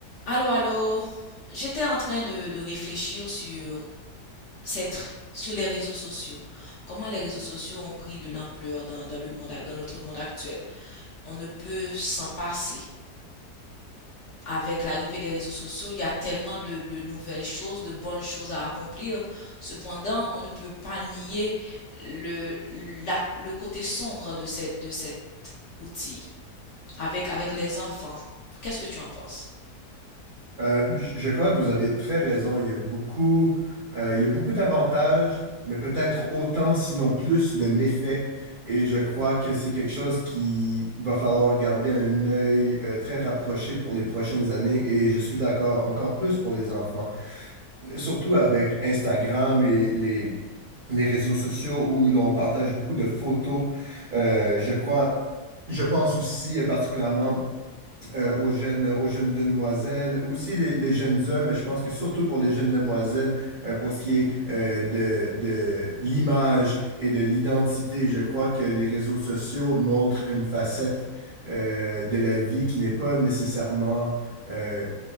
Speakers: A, on the left; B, on the right.
A: Allô, allô. J'étais en train de, de réfléchir sur cette, sur les réseaux sociaux. Comment les réseaux sociaux ont pris de l'ampleur dans, dans le monde, ac- dans notre monde actuel. On ne peut s'en passer. Avec l'arrivée des réseaux sociaux, il y a tellement de, de nouvelles choses, de bonnes choses à accomplir. Cependant, on ne peut pas nier le, la- le côté sombre de cette, de cet outil. Avec, avec les enfants. Qu'est-ce que tu en penses?
B: Euh, je je crois que vous avez très raison. Il y a beaucoup, euh, il y a beaucoup d'avantages, mais peut-être autant, sinon plus, de méfaits. Et je crois que c'est quelque chose qui va falloir garder un œil euh, très rapproché pour les prochaines années. Et je suis d'accord, encore plus pour les enfants. Surtout avec Instagram et les, les réseaux sociaux où l'on partage beaucoup de photos. Euh, je crois, je pense aussi euh, particulièrement euh, aux jeunes, aux jeunes demoiselles, aussi les, les jeunes hommes, mais je pense que surtout pour les jeunes demoiselles, euh, pour ce qui est euh, de, de l'image et de l'identité, je crois que les réseaux sociaux montrent une facette euh, de la vie qui n'est pas nécessairement euh,